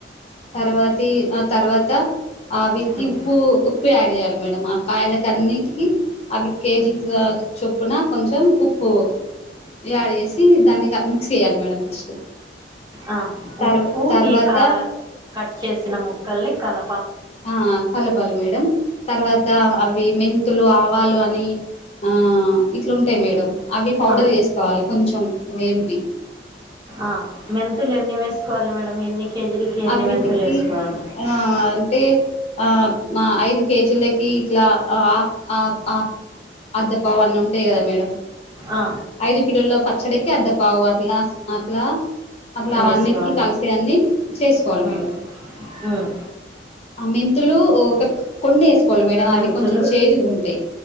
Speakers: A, on the left; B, on the right.
A: తర్వాతి ఆ తర్వాత ఆ విటికి
B: ఉమ్,
A: ఉప్పు ఉప్పు యాడ్ ఎయాలి మేడమ్ ఆ కాయలకన్నిటికి అవి కేజీ చొప్పున కొంచెం ఉప్పు ప్పు యాడ్ చేసి దాన్ని మిక్స్ చేయాలి మేడం ఫస్ట్
B: ఆ
A: తర్వా
B: ఉప్పు
A: తర్వాత
B: ఈ కా కట్ చేసిన ముక్కల్ని కల
A: ఆ కలపాలి మేడం తర్వాత అవి మిన్ త్తులు ఆవాలు అని ఆ ఇట్లుంటాయి మేడం అవి పౌడర్
B: ఆ
A: చేసుకోవాలి కొంచెం ఒ ఎం పి
B: ఆ మెంతులు ఎన్ని వేసుకోవాలి మేడమ్ ఎన్ని కేజీలకి ఎన్ని
A: అ వీటికి
B: మెంతులు వేసుకోవాలి
A: ఆ అంటే ఆ మ ఐదు కేజీలకి ఇట్లా అ అ అ అద్ద పావు అన్నీ ఉంటాయి కదా మేడం
B: ఆ
A: ఐదు కిలోలో పచ్చడికి అద్ద పావు అట్లా అట్లా అట్లా
B: వేసుకోవాలా
A: అన్నిటికీ కలిసి అన్ని చేసుకోవాలి
B: ఆ
A: మీరు
B: ఉమ్
A: అ మెంతులు ఒ కొన్నెస్ కోవాలి మేడం
B: మెంతులు
A: అవి కొంచెం చేదుగా ఉంటాయి